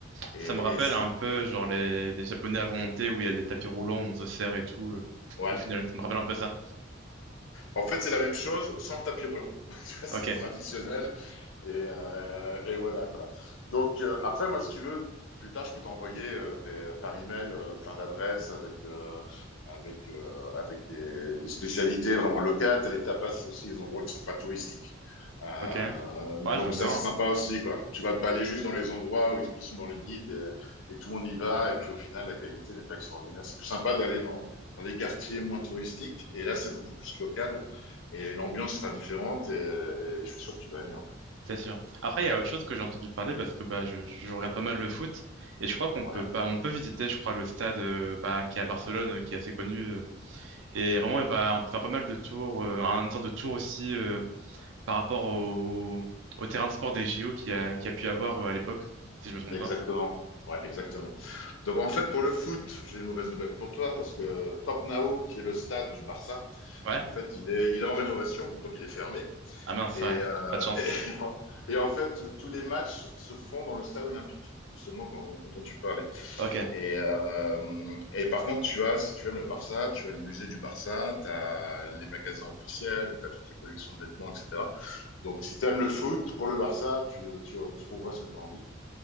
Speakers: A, on the left (about 85°); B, on the right (about 75°).
A: Et,
B: Ça me rappelle
A: et c-
B: un peu, genre, les, les Japonais à volonté où il y a des tapis roulants, on se sert et tout. euh,
A: ouais.
B: au final, ça me rappelle un peu ça.
A: En fait, c'est la même chose sans le tapis roulant. <laughs> Tu vois, c'est
B: Ok,
A: traditionnel. Et, euh, et voilà quoi. Donc euh, après, moi, si tu veux, plus tard, je peux t'envoyer euh, des, par email euh, plein d'adresses avec euh, avec euh, avec des, des spécialités vraiment locales. les tapas c'est aussi, des endroits qui sont pas touristiques. Euh,
B: ok. Ouais,
A: donc
B: je veux bien.
A: ça, c'est sympa
B: hein.
A: aussi quoi. Tu vas pas aller juste dans les endroits où ils qui sont dans les guides et, et tout le monde y va et puis au final, la qualité n'est pas extraordinaire. C'est plus sympa d'aller dans dans les quartiers moins touristiques et là, c'est beaucoup plus local et l'ambiance sera différente et, et je suis sûr que tu vas aimer en fait.
B: C'est sûr. Après, il y a autre chose que j'ai entendu parler parce que bah, je, je regarde pas mal le foot et je crois qu'on
A: Ouais.
B: peut pas, on peut visiter, je crois, le stade euh, bah, qui est à Barcelone, euh, qui est assez connu. euh, et vraiment, il y a pas- on peut faire pas mal de tours, euh, une sorte de tour aussi euh, par rapport au, au terrain de sport des JO qu'il y a, qu'il a pu y avoir euh, à l'époque, si je me trompe
A: Exactement.
B: pas.
A: Ouais, exactement. Donc en fait, pour le foot, j'ai une mauvaise nouvelle pour toi parce que Camp Nou, qui est le stade du Barça,
B: Ouais?
A: en fait, il est, il est en rénovation, donc il est fermé.
B: Ah mince,
A: Et,
B: ouais.
A: euh,
B: Pas de chance.
A: <laughs> et, et en fait, tous tous les matchs se font dans le stade olympique, justement dont, dont tu parlais.
B: Ok.
A: Et, euh, et par contre, tu as, si tu aimes le Barça, tu as le musée du Barça, tu as les magasins officiels, où tu as toutes les collections de vêtements, etc. Donc si tu aimes le foot, pour le Barça, tu, tu trouveras ce que tu as envie.